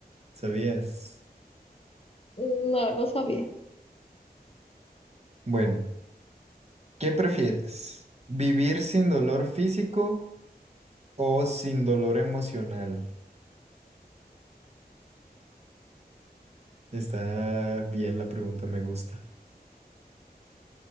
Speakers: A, on the right; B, on the left.
A: ¿Sabías?
B: No, no sabía.
A: Bueno, ¿qué prefieres? ¿Vivir sin dolor físico o sin dolor emocional? Está bien la pregunta, me gusta.